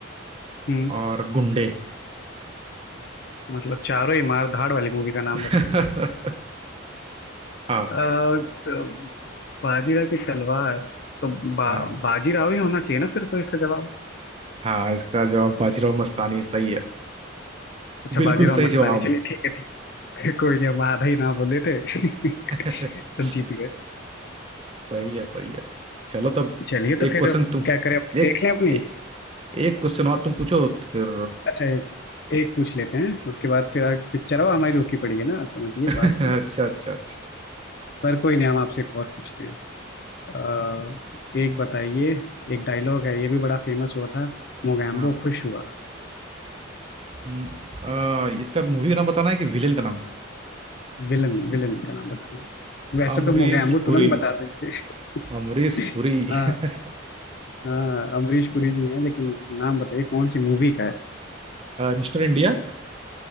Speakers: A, on the left; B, on the right.
A: हम्म
B: और गुंडे
A: मतलब चारों ही मार धाड़ वाली मूवी का नाम
B: <laughs>
A: बताएं
B: हाँ
A: अ, अ, बाजीराव की तलवार तो बा,
B: हाँ
A: बाजीराव ही होना चाहिए ना फिर तो इसका जवाब
B: हाँ इसका जवाब बाजीराव मस्तानी सही है
A: अच्छा
B: बिल्कुल
A: बाजीराव
B: सही
A: मस्तानी
B: जवाब
A: चलिए ठीक है ठीक है। <laughs> कोई नहीं हम आधा ही ना बोले थे <laughs> तो
B: <laughs>
A: जीत गए
B: सही है सही है चलो तब
A: चलिए
B: एक
A: तो फिर
B: क्वेश्चन
A: अब
B: तुम
A: क्या करें अब
B: एक
A: देख लें अपनी
B: ए, एक क्वेश्चन और तुम पूछो फिर
A: अच्छा एक एक पूछ लेते हैं उसके बाद फिर आगे पिक्चर अब हमारी रुकी पड़ी है ना समझिए
B: <laughs>
A: बात
B: अच्छा
A: को
B: अच्छा अच्छा
A: पर कोई नहीं हम आपसे एक और पूछते हैं अ, एक बताइए एक डायलॉग है ये भी बड़ा फेमस हुआ था मोगैम्बो
B: हाँ
A: खुश हुआ
B: हम्म, आ, इसका मूवी का नाम बताना है कि विलेन का नाम
A: विलन विलन का नाम बताना है। वैसे
B: अमरीश
A: तो मोगैम्बो
B: पुरी
A: तुरंत बता देंगे
B: अमरीश
A: <laughs>
B: पुरी
A: हाँ
B: <laughs>
A: हाँ अमरीश पुरी जी हैं लेकिन नाम बताइए कौन सी मूवी का है
B: Mister India